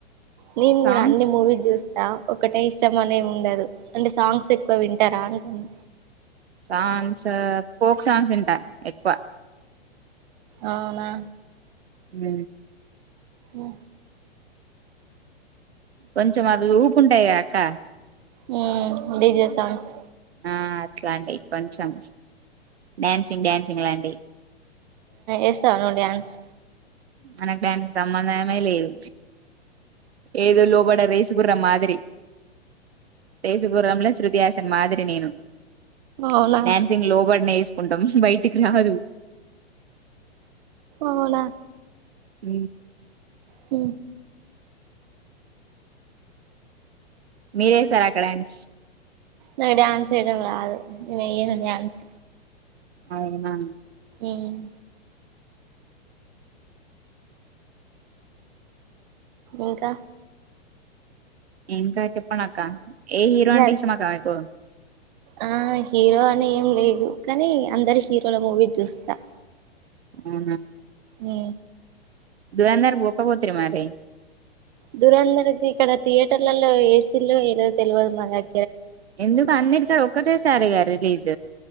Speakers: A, on the right; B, on the right.
A: నేన్
B: సాంగ్స్
A: కూడా అన్ని మూవీ చూస్తా ఒకటే ఇష్టం అనే ఉండదు అంటే సాంగ్స్ ఎక్కువ వింటారా అంటున్నా
B: సాంగ్స్ ఫోక్ సాంగ్స్ వింటా ఎక్కువ
A: అవునా
B: ఉ
A: ఉ
B: కొంచెం అవి ఊపుంటాయి కాక
A: మ్ డిజె సాంగ్స్
B: ఆ అట్లా అండి కొంచెం డ్యాన్సింగ్ డ్యాన్సింగ్ లాంటివి
A: ఏస్తను ్యాన్స్
B: మనకు దనికి సంబంధమే లేదు ఏదో లోబడ రేసుగుర్రం మాదిరి రేసుగుర్రంంలో శృతి హసన్ మాదిరి నేను
A: అవునా
B: డ్యాన్సింగ్ లోబడ్ నస్ ఇ బయటికి రాదు
A: అవునా
B: అ
A: హ
B: మీరేసారు అక్కడ ండ్స్
A: నా డాన్స్డం అ న డాన్స్
B: అవునా
A: తన్ ఇంకా
B: ఏంకా చెప్పన్నాక్క ఏ హీరో
A: తిన్నారు
B: అంటే ఇష్టమా కాకో
A: ఆ హీరో అని ఏం లేదు కానీ అందరు హీరోల మూవీ చూస్తా
B: ఆ
A: అ
B: దురంధర్కి పోక పోతుీ మరి
A: దురంర్ ఇక్కడ థియేటర్ల ఏసిల్లు ఏ తెలివదు మనగ
B: ఎందుకు అన్నిటికడ ఒక్కటేసారి గారు ప్లీజ